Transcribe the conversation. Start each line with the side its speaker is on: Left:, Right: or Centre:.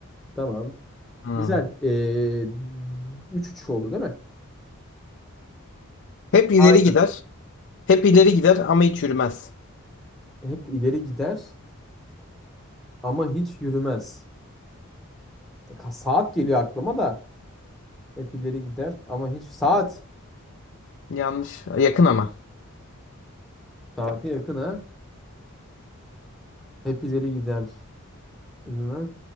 Centre: Tamam.
Left: Hmm.
Centre: Güzel. Ee, 3-3 oldu değil mi?
Left: Hep ileri
Centre: Aynen.
Left: gider. Hep ileri gider ama hiç yürümez.
Centre: Hep ileri gider ama hiç yürümez. Ka- Saat geliyor aklıma da. Hep ileri gider ama hiç... Saat.
Left: Yanlış. Yakın ama.
Centre: Saate yakın ha. Hep ileri gider. Yürümez.